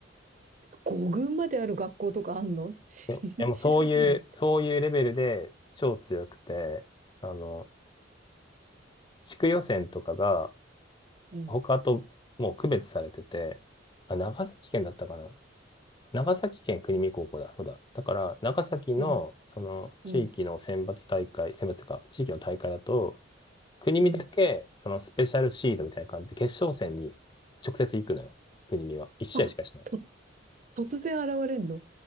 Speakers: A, on the right; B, on the left.
A: 五軍まである学校とかあんの <laughs> 信じらんないって。
B: ででもそういう、そういうレベルで超強くて、あの、地区予選とかが、
A: うん、
B: 他ともう区別されてて、あ、長崎県だったかな。長崎県国見高校だ、そうだ。だから、長崎の、
A: うん、
B: その、地域の選抜大会、
A: うん、
B: 選抜というか、地域の大会だと、国見だけ、
A: うん。
B: その、スペシャルシードみたいな感じで、決勝戦に直接行くのよ。国見は。1試合しかしない。
A: あ、と、突然現れんの